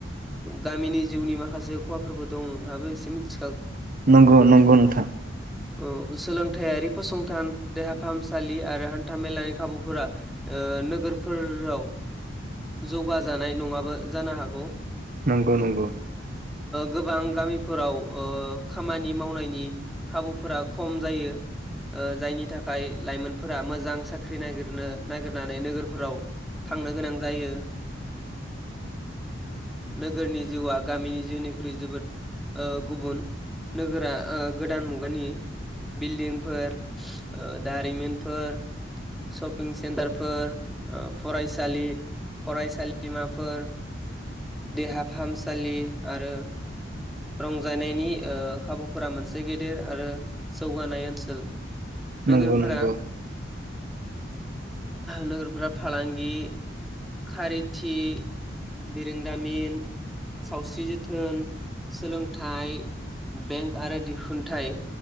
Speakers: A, in the centre; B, on the right (about 45°).
A: गामिनि जिउनि माखासे खहाफोरबो दं नोंथाङाबो एसे मिथि।
B: नंगौ नंगौ नोंथां।
A: औ सोलोंथायारि फसंथान देहा फाहामसालि। लि आरो हान्थाामेलानि खाबुफोरा नोगोरफोराव। जौगाजानाय नङाबो जानो हागौ।
B: नंगौ नंगौ।
A: गोबां गामिफोराव खामानि मावनायनि खाबुफोरा खम जायो। जायनि थाखाय लाइमोनफोरा मोजां साख्रि नागिरनो नागिरनानै नोगोरफोराव। थांनो गोनां जायो। नोगोरनि जिउआ गामिनि जिउनिख्रुइ जोबोद। गुबुन नोगोरा गोदान मुगानि। बिल्दिंफोर दारिमिन फोर। शपिं सेन्टारफोर फरायसालि। फरायसालिमाफोर देहा फाहामसालि आरो। रंजानायनायनि खाबुफोरा मोनसे गेदेर आरो जौगानाय ओनसोल।
B: नंगौ
A: नोगोरफोरा
B: नंगौ।
A: नोगोरफ्रा फालांगि खारिथि बिरोंदामिन सावस्रि जोथोन सोलोंथाइ बेंक आरो दिहुनथाइ